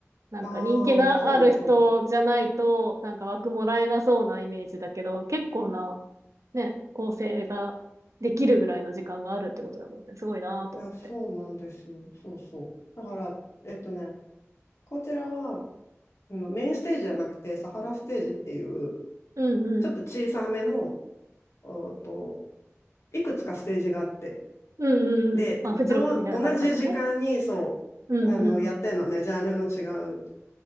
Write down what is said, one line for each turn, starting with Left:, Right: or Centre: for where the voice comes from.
Right: なんか人気のある人じゃないと、
Left: ああ、そうね、そうね。
Right: なんか枠もらえなそうなイメージだけど、結構な、ね、構成ができるぐらいの時間があるってことだもんね。すごいなと思って。
Left: いや、そうなんですよ。そうそう。だから、えっとね、こちらは、あのメインステージじゃなくて、サハラステージっていう、
Right: うんうん。
Left: ちょっと小さめの、おーと、いくつかステージがあって、
Right: うんうんうん。
Left: で、
Right: まあ、
Left: どう、
Right: フジロックみたいな感じだもんね。
Left: 同じ時間に、そう、
Right: うんうん。
Left: あの、やってんのね、ジャンルの違う、